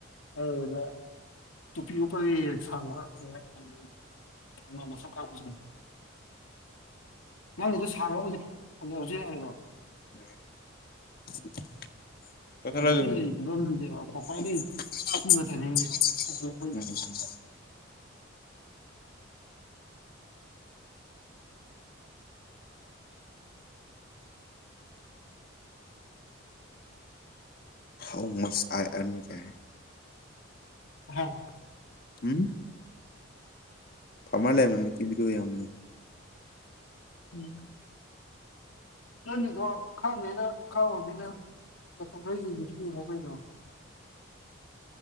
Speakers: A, on the left; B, on the left.
A: ꯑꯗꯨꯗꯨꯅ ꯇꯣꯄꯤ ꯎꯞꯄ <unintelligible> <unintelligible> ꯅꯪꯒꯤꯗꯣ ꯁꯥꯡꯕ ꯍꯧꯖꯤꯛ ꯌꯥꯔꯤꯕ
B: <unintelligible>
A: ꯍꯧꯖꯤꯛꯀꯤ ꯂꯩꯔꯤ ꯐꯤꯕꯝꯗꯨꯅꯦꯕ
B: <unintelligible>
A: ꯈ꯭ꯋꯥꯏꯗꯒꯤ ꯊꯤꯕ ꯇꯥꯏꯃꯤꯡꯁꯦ ꯁꯥꯡꯒꯠꯂꯛꯄꯩ
B: ꯍꯥꯎ ꯃꯁ ꯑꯥꯏ ꯑꯦꯝ <unintelligible>
A: ꯍꯥ
B: ꯎꯝ ꯐꯥꯃꯔ ꯂꯥꯏꯔꯦꯟ ꯃꯃꯤꯠꯀꯤ ꯕꯤꯗꯤꯌꯣ ꯌꯦꯡꯉꯝꯃꯤꯅꯤ꯫
A: ꯎꯝ ꯅꯪꯒꯤꯗꯣ ꯈꯪꯗꯦꯅ ꯈꯥꯎꯔꯨꯒꯤꯅꯨ ꯃꯇꯝ ꯈꯔ ꯌꯦꯡꯒꯦꯁꯨ ꯌꯦꯡꯉꯣ ꯀꯩꯅꯣ꯫